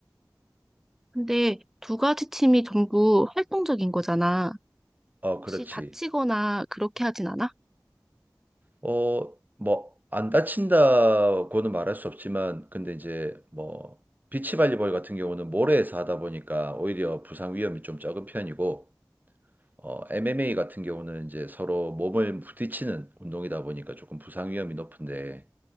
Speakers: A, in the centre; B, on the right (about 25°).
A: 근데 두 가지 취미 전부 활동적인 거잖아.
B: 어,
A: 혹시
B: 그렇지.
A: 다치거나 그렇게 하진 않아?
B: 어, 뭐 안 다친다고는 말할 수 없지만 근데 이제 뭐 비치 발리볼 같은 경우는 모래에서 하다 보니까 오히려 부상 위험이 좀 적은 편이고 어, MMA 같은 경우는 이제 서로 몸을 부딪히는 운동이다 보니까 조금 부상 위험이 높은데